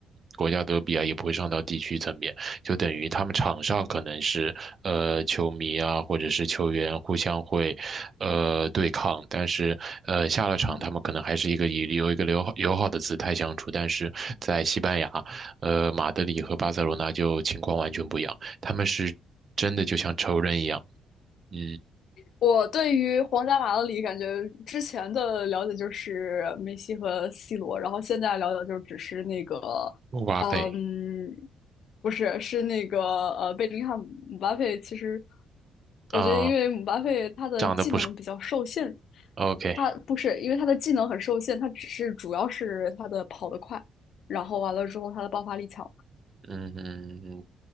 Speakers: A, on the right; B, on the left.
A: 国家德比啊，也不会上到地区层面。就等于他们场上可能是呃球迷啊，或者是球员互相会呃对抗，但是呃下了场他们可能还是一个以有一个友好友好的姿态相处，
B: 嗯。
A: 但是在西班牙，呃马德里和巴塞罗那就情况完全不一样，他们是真的就像仇人一样，嗯，
B: 我对于皇家马德里感觉之前的了解就是梅西和 C 罗，然后现在了解就只是那个，
A: 哇贝
B: 嗯，不是，是那个呃贝林汉姆、姆巴佩。其实
A: 啊，
B: 我觉得，因为姆巴佩他的技能比较受限，
A: 长得不是 OK，
B: 他不是因为他的技能很受限，他只是主要是他的跑得快，然后完了之后他的爆发力强。
A: 嗯嗯嗯